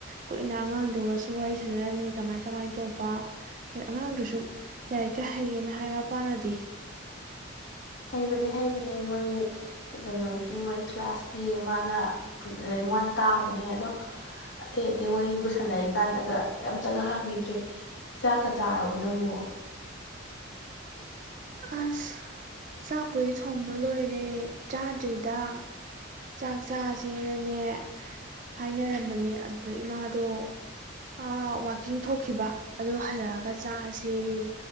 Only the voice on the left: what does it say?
ꯍꯩꯕꯅꯦ ꯍꯩꯕꯅꯦ ꯃꯣꯏ ꯀꯩꯅꯣꯒꯤ ꯃꯣꯏ ꯀ꯭ꯂꯥꯁꯀꯤ ꯃꯥꯅ ꯔꯦꯡ ꯋꯥꯟ ꯇꯥꯕꯅꯦ ꯑꯗꯣ ꯑꯇꯩ ꯑꯇꯩ ꯋꯥꯔꯤꯕꯨ ꯁꯥꯟꯅꯔꯤꯀꯥꯟꯗꯒ ꯑꯩ ꯑꯝꯇꯒ ꯍꯪꯒꯤꯗ꯭ꯔꯦ ꯆꯥꯛꯀ ꯆꯥꯔꯕꫭ ꯅꯪꯕꫭ